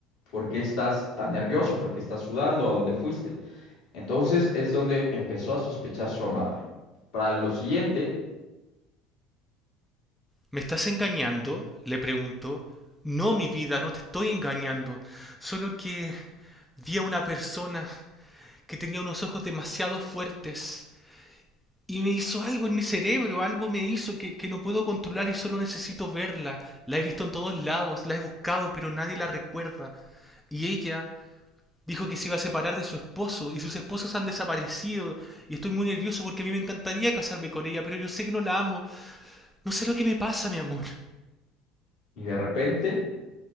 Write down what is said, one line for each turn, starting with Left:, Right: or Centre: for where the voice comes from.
Left: ¿por qué estás tan nervioso? ¿Por qué estás sudando? ¿A dónde fuiste? Entonces es donde empezó a sospechar su amada. Para lo siguiente,
Centre: ¿Me estás engañando? le preguntó. No, mi vida, no te estoy engañando. Solo que vi a una persona que tenía unos ojos demasiado fuertes y me hizo algo en mi cerebro, algo me hizo que, que no puedo controlar y solo necesito verla. La he visto en todos lados, la he buscado, pero nadie la recuerda. Y ella dijo que se iba a separar de su esposo y sus esposos han desaparecido y estoy muy nervioso porque a mí me encantaría casarme con ella, pero yo sé que no la amo. No sé lo que me pasa, mi amor.
Left: y de repente,